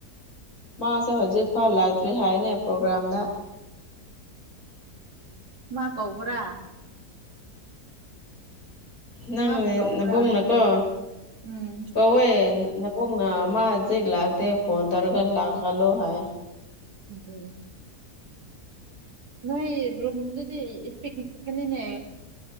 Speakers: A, on the left; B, on the right.
A: ꯃꯥꯁꯦ ꯍꯧꯖꯤꯛ ꯐꯥꯎ ꯂꯥꯛꯇ꯭ꯔꯤ ꯍꯥꯏꯅꯦ ꯄ꯭ꯔꯣꯒ꯭ꯔꯥꯝꯗ
B: <inaudible> ꯃꯥ ꯀꯧꯕ꯭ꯔꯥ
A: ꯅꯪꯅꯦ
B: ꯃꯥꯕꯨ ꯀꯧꯕ꯭ꯔꯥ
A: ꯅꯕꯨꯡꯅꯀꯣ
B: ꯎꯝ
A: ꯀꯧꯋꯦ ꯄꯨꯡꯅ ꯃꯥ ꯍꯧꯖꯤꯛ ꯂꯥꯛꯇꯦ ꯐꯣꯟ ꯇꯧꯔꯒ ꯂꯥꯛꯍꯥꯜꯂꯣ ꯍꯥꯏ
B: ꯎꯝ ꯎꯝ ꯅꯣꯏ ꯔꯨꯝꯗꯨꯗꯤ ꯢꯄꯤꯛ ꯄꯤꯛꯄꯅꯤꯅꯦ